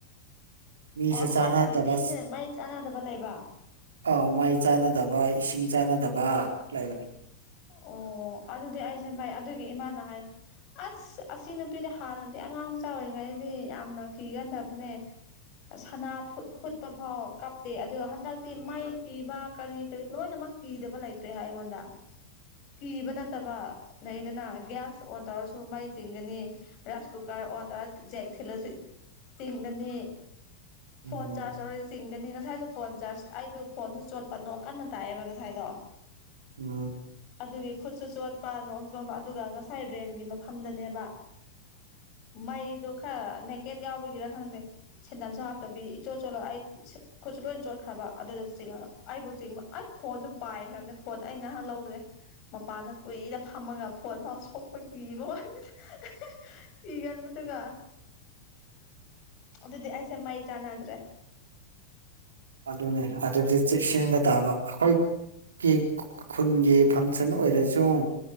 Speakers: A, on the right (about 70°); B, on the left (about 40°).
A: ꯃꯤꯁꯦ
B: ꯑꯣ ꯑꯁꯨꯃꯥꯏꯅ
A: ꯆꯥꯟꯅꯗꯕ
B: ꯃꯤꯁꯦ ꯃꯩ ꯆꯥꯟꯅꯗꯕ ꯂꯩꯕ
A: ꯑꯥꯎ ꯃꯩ ꯆꯥꯟꯅꯗꯕ ꯏꯁꯤꯡ ꯆꯥꯟꯅꯗꯕ ꯂꯩꯕꯅꯤ
B: ꯑꯣ ꯑꯗꯨꯗꯤ ꯑꯩꯁꯦ ꯃꯥꯏ ꯑꯗꯨꯒꯤ ꯏꯃꯥꯅ ꯍꯥꯏ ꯑꯁ ꯑꯁꯤ ꯅꯨꯄꯤꯗꯤ ꯍꯥꯟꯅꯗꯤ ꯑꯉꯥꯡ ꯃꯆꯥ ꯑꯣꯏꯔꯤꯉꯩꯗꯗꯤ ꯌꯥꯝꯅ ꯀꯤꯒꯟꯗꯕꯅꯦ ꯁꯅꯥ ꯍꯨꯠꯄ ꯐꯥꯎ ꯀꯥꯞꯇꯦ ꯑꯗꯣ ꯍꯟꯗꯛꯇꯤ ꯃꯩ ꯀꯤꯕ ꯀꯔꯤ ꯀꯔꯤ ꯂꯣꯏꯅꯃꯛ ꯀꯤꯗꯕ ꯂꯩꯇ꯭ꯔꯦ ꯍꯥꯏ ꯑꯩꯉꯣꯟꯗ ꯀꯤꯕ ꯅꯠꯇꯕ ꯂꯩꯗꯅ ꯒ꯭ꯌꯥꯁ ꯑꯣꯟ ꯇꯧꯔꯁꯨ ꯃꯩ ꯆꯤꯡꯒꯅꯤ ꯔꯥꯏꯁ ꯀꯨꯀꯔ ꯑꯣꯟꯗ ꯖꯦꯛ ꯊꯤꯜꯂꯁꯨ ꯆꯤꯡꯒꯅꯤ
A: ꯎꯝ
B: ꯐꯣꯟ ꯆꯥꯔꯁ ꯇꯧꯔꯁꯨ ꯆꯤꯡ ꯒꯅꯤ ꯉꯁꯥꯏꯁꯨ ꯐꯣꯟ ꯆꯥꯔ ꯑꯩꯗꯣ ꯐꯣꯟꯁꯨ ꯆꯣꯠꯄ ꯅꯣꯡ ꯀꯟꯅ ꯇꯥꯑꯦꯕ ꯉꯁꯥꯏꯗꯣ
A: ꯎꯝ
B: ꯑꯗꯨꯒꯤ ꯈꯨꯠꯁꯨ ꯆꯣꯠꯄ ꯅꯣꯡꯁꯨ ꯆꯣꯠꯕ ꯑꯗꯨꯒ ꯉꯁꯥꯏ ꯔꯦꯟꯒꯤ ꯃꯐꯝꯗꯅꯦꯕ ꯃꯩꯗꯣ ꯈꯔ ꯅꯦꯀꯦꯠ ꯌꯥꯎꯕꯒꯤꯔ ꯈꯪꯗꯦ ꯁꯦꯟꯗꯟꯁꯨ ꯍꯥꯞꯇꯕꯤ ꯏꯆꯣꯠ ꯆꯣꯠꯂ ꯑꯩ ꯈꯨꯠꯁꯨ ꯂꯣꯏꯅ ꯆꯣꯠꯈ꯭ꯔꯕ ꯑꯗꯨꯗ ꯆꯤꯡꯉꯒ ꯑꯩꯕꯨ ꯆꯤꯡꯕ ꯑꯩ ꯐꯣꯟꯗꯨ ꯄꯥꯏꯈ꯭ꯔꯕꯅꯦ ꯐꯣꯟ ꯑꯩ ꯉꯍꯥꯛ ꯂꯧꯗ꯭ꯔꯦ ꯃꯄꯥꯟꯗ ꯀꯨꯏꯅ ꯐꯝꯃꯒ ꯐꯣꯟ ꯐꯥꯎ ꯁꯣꯛꯄ ꯀꯤꯕ ꯋꯥꯅꯤ <unintelligible> ꯀꯤꯒꯟꯕꯗꯨꯒ ꯑꯗꯨꯗꯤ ꯑꯩꯁꯦ ꯃꯩ ꯆꯥꯟꯅꯗ꯭ꯔꯦ
A: ꯑꯗꯨꯅꯦ ꯑꯗꯨꯗꯤ ꯆꯦꯛꯁꯤꯟꯕ ꯇꯥꯕ ꯑꯩꯈꯣꯏ ꯀꯤ ꯈꯨꯟꯒꯤ ꯐꯪꯁꯟ ꯑꯣꯏꯔꯁꯨ